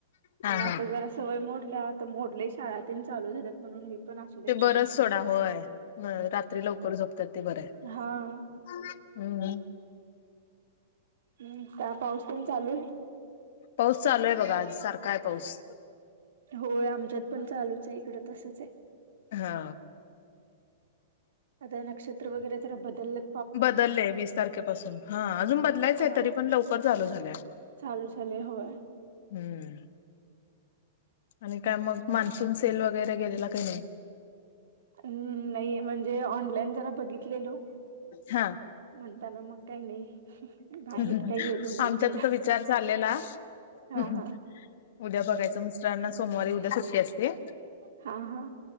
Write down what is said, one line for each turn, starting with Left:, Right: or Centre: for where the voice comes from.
Left: हा
Right: पण
Left: हा.
Right: आता जरा सवय मोडल्या तर मोडल्या शाळा चालू झाल्यात म्हणून मी पण असू दे
Left: ते
Right: म्हणून
Left: बरंच
Right: गप्पच
Left: सोडा
Right: बसले
Left: होय, रात्री लवकर झोपतात. ते बरं,
Right: हा
Left: हम्म
Right: हम्म, काय पाऊस तेन चालू आहे.
Left: पाऊस चालू आहे. बघा आज सारखा आहे. पाऊस
Right: होय, आमच्यात पण चालूच आहे. इकड तसच आहे.
Left: हा
Right: आता नक्षत्र वगैरे जरा बदललय.
Left: बदलय वीस तारखेपासून हा अजून बदलायचं
Right: हा
Left: आहे. तरी पण लवकर चालू झालय.
Right: चालू चाले हय
Left: हम्म आणि काय मग मान्सून सेल वगैरे गेलेला काही नाही
Right: हम्म नाही म्हणजे ऑनलाईन जरा बघितलेलो
Left: हा
Right: मणताना म काय नाही बाहेर
Left: ह
Right: काही गेलो नाही
Left: आमच्यातचा
Right: घ्यायला
Left: विचार चाललेला
Right: हा
Left: उद्या
Right: हा
Left: बघायचं मिस्टरांना सोमवारी उद्या सुट्टी असते
Right: हा हा